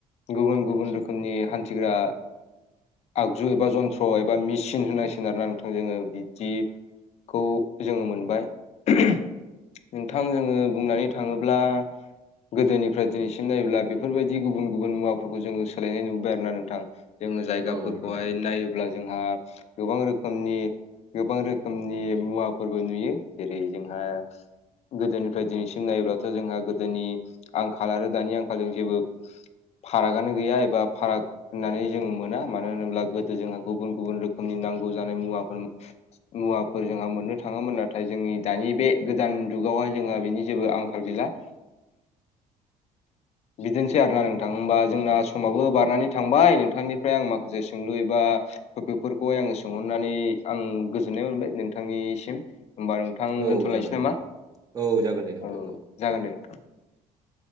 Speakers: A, on the left; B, on the right.
A: गुबुन गुबुन रोखोमनि हान्थिग्रा आगजु एबा जन्थ्र' एबा मेसिन होननांसिगोन आरोना नोंथां जोङो बिदि खौ जोङो मोनबाय नोंथां जोङो बुंनानै थाङोब्ला गोदोनिफ्राय दिनैसिम नायोब्ला बेफोरबायदि गुबुन गुबुन मुवाफोरखौ जोङो सोलायनाय नुबाय आरो ना नोंथां जोङो जायगाफोरखौहाय
B: औ नोंथां
A: नाय योब्ला जोंहा गोबां रोखोमनि गोबां रोखोमनि मुवाफोरबो नुयो जेरै जोंहा गोदोनिफ्राय दिनैसिम नायोब्लाथ' जोंहा गोदोनि आंखाल आरो दानि आंखालजों जेबो फारागआनो गैया एबा फाराग होननानै जों मोना मानो होनोब्ला गोदो जोंहा गुबुन गुबुन रोखोमनि नांगौ जानाय मुवाफोर मुवाफोर जोंहा मोननो थाङोमोन नाथाय जोंनि दानि बे गोदान जुगावहाय जोंहा बिनि जेबो आंखाल गैला <inaudible> बिदिनोसै आरो ना नोंथां होमबा जोंना समाबो बारनानै थांबाय नोंथांनिफ्राय आं माखासे सोंलु एबा टपिकफोरखौहाय आङो सोंहरनानै आं गोजोननाय मोनबाय नोंथांनिसिम होमबा नों थां
B: औ
A: दोनथ'लायसै
B: जागोन नोंथां
A: नामा
B: औ जागोन दे नोंथां
A: औ जागोन दे नोंथां